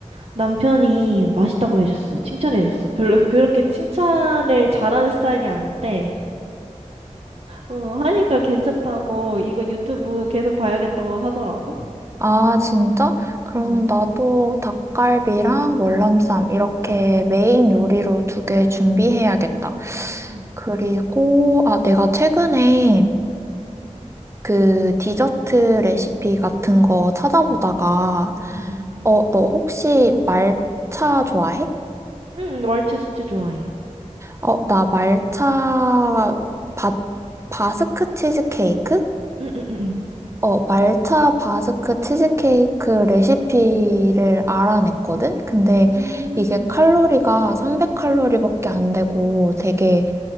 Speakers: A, on the right (about 55°); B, on the right (about 20°).
A: 남편이 맛있다고 해줬어. 칭찬해줬어. 별로 그렇게 칭찬을 잘하는 스타일이 아닌데 어, 하니까 괜찮다고 이거 유튜브 계속 봐야겠다고 하더라고.
B: 아, 진짜? 그러면
A: 응.
B: 나도 닭갈비랑 월남쌈 이렇게 메인 요리로 두 개 준비해야겠다.
A: 음,
B: 그리고, 아, 내가 최근에
A: 음,
B: 그 디저트 레시피 같은 거 찾아보다가,
A: 음.
B: 어, 너 혹시 말차 좋아해?
A: 응, 왈츠 진짜 좋아해.
B: 어, 나 말차 바, 바스크 치즈케이크?
A: 응, 응, 응,
B: 어, 말차 바스크 치즈케이크 레시피를 알아냈거든? 근데
A: 응.
B: 이게 칼로리가
A: 음,
B: 300칼로리밖에 안 되고 되게,